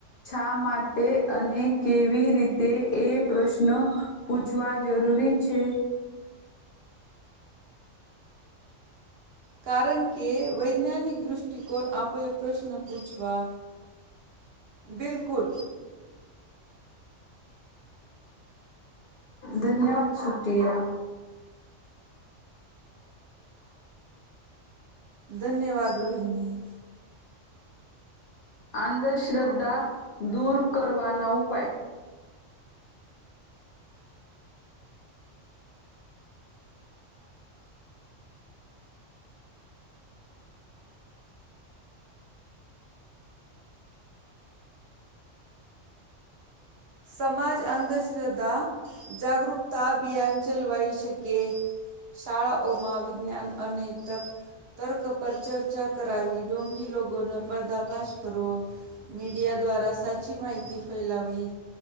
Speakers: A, on the left; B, on the right.
A: છા માટે અને કેવી રીતે એ પ્રશ્ન પૂછવા જરૂરી છે?
B: કારણ કે વૈજ્ઞાનિક દૃષ્ટિકોણ આપે એ પ્રશ્ન પૂછવા બિલકુલ.
A: ધન્યવાદ સુટિયા.
B: ધન્યવાદ રોહિની.
A: આંધશ્રદ્ધા દૂર કરવાના ઉપાય.
B: સમાજ અંધશ્રદ્ધા જાગૃકતા અભિયાન ચલવાઈ શકે. શાળાઓમાં વિજ્ઞાન અને તક તર્ક પર ચર્ચા કરાવી ઢોંગી લોગોનો પર્દા ફાશ કરો. મીડિયા દ્વારા સાચી માહિતી ફેલાવવી.